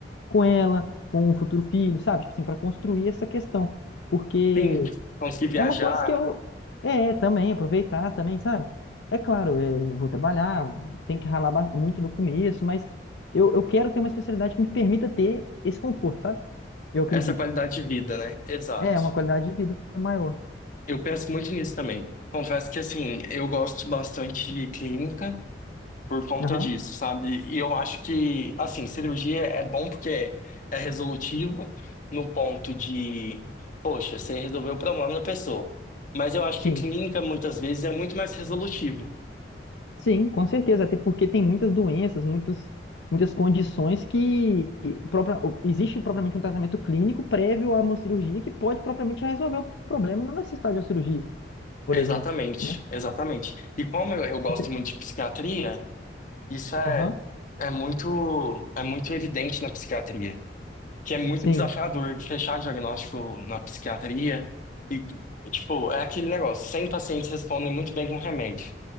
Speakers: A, on the left (about 75°); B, on the left (about 45°).
A: com ela, com o futuro filho, sabe? Tipo assim, para construir essa questão. Porque
B: Sim, conseguir viajar,
A: é uma coisa que eu. É, também, aproveitar também, sabe? É claro, é, eu vou trabalhar, tem que ralar ba- muito no começo, mas eu, eu quero ter uma especialidade que me permita ter esse conforto, sabe? Eu acredito.
B: essa qualidade de vida, né? Exato.
A: É, uma qualidade de vida maior.
B: Eu penso muito nisso também. Confesso que, assim, eu gosto bastante de clínica. por conta
A: Aham,
B: disso, sabe? E eu acho que, assim, cirurgia é bom porque é resolutivo no ponto de, poxa, você resolveu o problema da pessoa. Mas eu acho
A: Sim.
B: que clínica, muitas vezes, é muito mais resolutivo.
A: Sim, com certeza. Até porque tem muitas doenças, muitas, muitas condições que que própria, existe propriamente um tratamento clínico prévio a uma cirurgia que pode propriamente resolver o problema, não necessitar de uma cirurgia, por
B: Exatamente,
A: exemplo, né?
B: exatamente. E como eu, eu gosto
A: Ente-
B: muito de psiquiatria, isso é,
A: Aham.
B: é muito, é muito evidente na psiquiatria, que é muito
A: Sim.
B: desafiador de fechar diagnóstico na psiquiatria e, tipo, é aquele negócio, 100 pacientes respondem muito bem com remédio.